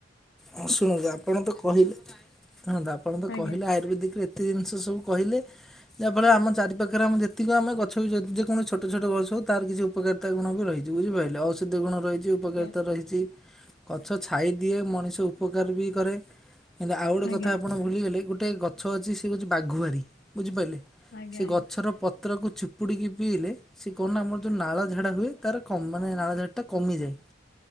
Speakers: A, in the centre; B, on the left (about 60°).
A: ହଁ ଶୁଣନ୍ତୁ ଆପଣ ତ କହିଲେ, ଶୁଣନ୍ତୁ ଆପଣ ତ
B: ଆଜ୍ଞା
A: କହିଲେ ଆୟୁର୍ବେଦିକ ରେ ଏତେ ଜିନିଷ ସବୁ କହିଲେ। ଯାହାଫଳେ ଆମ ଚାରିଖରେ ଆମ ଯେତିକି ଆମେ ଗଛ ବି ଯଦି ଯେକୌଣସି ଛୋଟ ଛୋଟ ଗଛ ହଉ ତାର କିଛି ଉପକାରତା ଗୁଣ ବି ରହିଛି ବୁଝିପାଇଲ, ଔଷଧ ଗୁଣ ରହି ଉପକାରିତା
B: ଆଜ୍ଞା।
A: ରହିଛି ଗଛ ଛାଇ ଦିଏ ମଣିଷ ଉପକାର ବି କରେ କିନ୍ତୁ ଆଉ ଗୋଟେ କଥା
B: ଆଜ୍ଞା
A: ଆପଣ ଭୁଲିଗଲେ ଗୋଟେ ଗଛ ଅଛି ସେ ହଉଛି ବାଘୁଆାରୀ ବୁଝିପାରିଲେ
B: ଆଜ୍ଞା ଆଜ୍ଞା
A: ସେ ଗଛର ପତ୍ରକୁ ଚୁପ ଉପୁଡ଼ିକିଇଲେ ସେ କଣ ନା ଆମର ଯେଉଁ ନାଳ ଝାଡ଼ା ହୁଏ ତର କ ମାନେ ନାଳ ଝାଟାମିଯାଏ